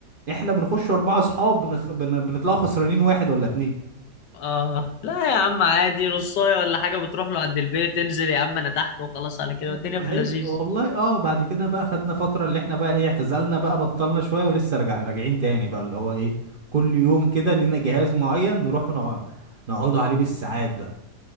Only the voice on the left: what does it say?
اه لا يا عم عادي نصايه ولا حاجه بتروح له عند البيت انزل يا عم انا تحت وخلاص على كده والدنيا
في اللذيذ